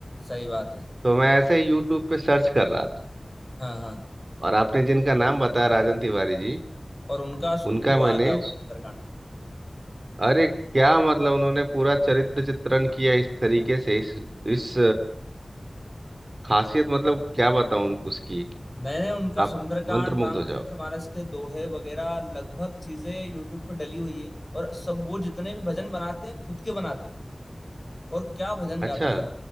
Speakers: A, on the left; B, on the right.
A: सही बात है
B: तो मैं ऐसे ही यूट्यूब पे सर्च कर रहा था
A: हाँ हाँ
B: और आपने जिनका नाम बताया राजन तिवारी जी
A: और उनका सुन
B: उनका
A: वो आ
B: मैंने
A: गया होगा सुंदरकांड
B: अरे क्या मतलब उन्होंने पूरा चरित्र चित्रण किया इस तरीके से इस इस खासियत मतलब क्या बताऊं उन- उसकी
A: मैंने उनका सुंदरकांड
B: आप मंत्रमुग्ध
A: रामचरितमानस
B: हो जाओगे
A: के दोहे वगैरह लगभग चीजें यूट्यूब पर डली हुई है और सब वो जितने भी भजन बनाते हैं खुद के बनाते हैं और क्या भजन
B: अच्छा
A: गाते हैं